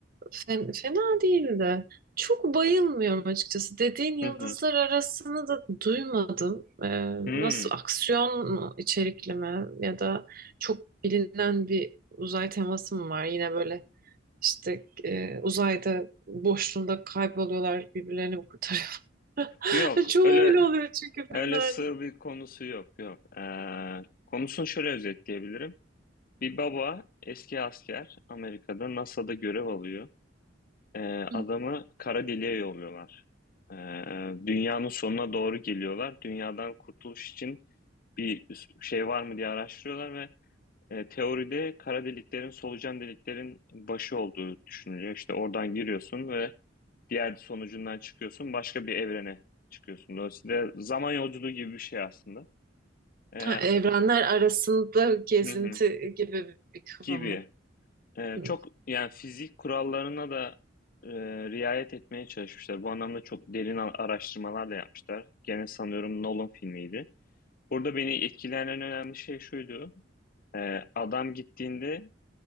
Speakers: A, on the right; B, on the left.
A: Fe- Fena değildi. Çok bayılmıyorum açıkçası. Dediğin yıldızlar
B: Hı hı.
A: arasını da duymadım. Ee,
B: Hmm.
A: nasıl aksiyon mu, içerikli mi ya da çok bilinen bir uzay teması mı var? Yine böyle işte e, uzayda boşluğunda kayboluyorlar birbirlerini mi kurtarıyor?
B: Yok
A: <laughs> Çoğu
B: öyle
A: öyle oluyor çünkü filmlerde.
B: öyle sığ bir konusu yok yok. Ee, konusunu şöyle özetleyebilirim. Bir baba eski asker Amerika'da NASA'da görev alıyor. Ee,
A: Hı.
B: adamı kara deliğe yolluyorlar. Ee, dünyanın sonuna doğru geliyorlar. Dünyadan kurtuluş için bir şey var mı diye araştırıyorlar ve E, teoride kara deliklerin solucan deliklerin başı olduğu düşünülüyor. İşte oradan giriyorsun ve diğer sonucundan çıkıyorsun. Başka bir evrene çıkıyorsun. Dolayısıyla zaman yolculuğu gibi bir şey aslında. E,
A: Ha, evrenler arasında gezinti
B: hı hı,
A: gibi bir kafa
B: gibi.
A: mı?
B: E,
A: Hı.
B: çok yani fizik kurallarına da e, riayet etmeye çalışmışlar. Bu anlamda çok derin a- araştırmalar da yapmışlar. Gene sanıyorum Nolan filmiydi. Burada beni etkileyen en önemli şey şuydu. E, adam gittiğinde